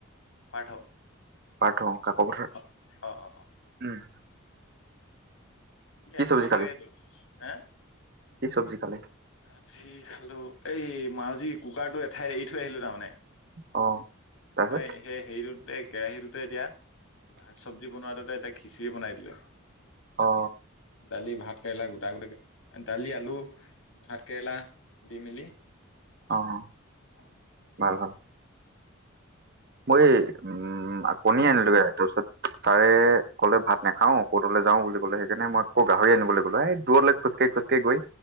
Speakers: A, on the left; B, on the right.
A: পাৰ্থ
B: পাৰ্থ কাক পথাৰ
A: অ', অ', অ',
B: উম,
A: ই
B: কি
A: আহিব
B: চব্জি
A: চাগেতো
B: খালি
A: হেঁ
B: কি চব্জি খালি?
A: আজি খালোঁ এই মই কুকাৰটো এঠাইত এৰি থৈ আহিলোঁ তাৰমানে
B: অ', তাৰপিছত
A: মই সেই হেৰিটোত কেৰাহীটোতে এতিয়া ভাত চব্জি বনোৱাটোতে এতিয়া খিচিৰি বনাই দিলোঁ।
B: অ
A: দালি ভাত কেৰেলা গোটা গোটা দালি আলু ভাত কেৰেলা দি মেলি
B: অ',
A: অ
B: ভাল ভাল। মই এই উম, কণী আনিলোগে একৈশত ছাৰে ক'লে ভাত নাখাও ক'তলৈ যাওঁ বুলি ক'লে সেইকাৰণে মই আকৌ গাহৰি আনিবলৈ গলো এ দৰলৈ খোজকাঢ়ি খোজ গৈ